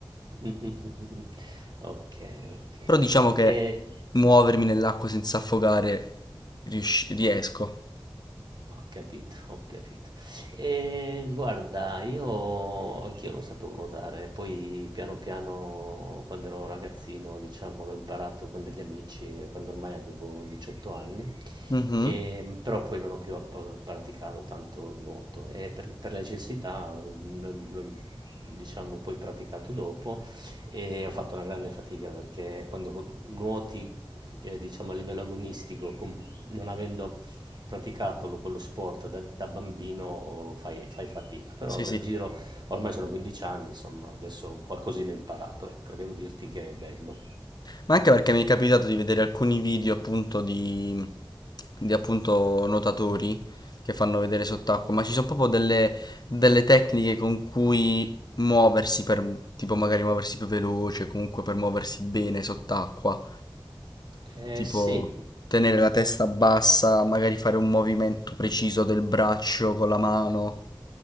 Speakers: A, on the right; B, on the left.
A: Mh-mh-mh-mh-mh. Okay, okay.
B: Però diciamo che
A: E
B: muovermi nell'acqua senza affogare riusci- riesco.
A: Ho capito, ho capito. E guarda, io anch'io non sapevo nuotare, poi piano piano quando ero ragazzino, diciamo, l'ho imparato con degli amici, eh, quando ormai avevo 18 anni,
B: Mhm.
A: e- però poi non ho più app- praticato tanto il nuoto e per, per necessità mm, l'ho- l'ho, diciamo, poi praticato dopo e ho fatto una grande fatica perché quando nuoti eh, diciamo a livello agonistico con non avendo praticato lo- quello sport da, da bambino fai, fai fatica, però
B: Sì,
A: nel
B: sì.
A: giro, ormai sono 15 anni, insomma, adesso un qualcosina ho imparato, ecco, devo dirti che è bello.
B: Ma anche perché mi è capitato di vedere alcuni video appunto di, di appunto nuotatori che fanno vedere sott'acqua, ma ci sono proprio delle, delle tecniche con cui muoversi per, tipo magari muoversi più veloce, comunque per muoversi bene sott'acqua,
A: Eh
B: tipo
A: sì,
B: tenere la testa bassa, magari fare un movimento preciso del braccio con la mano,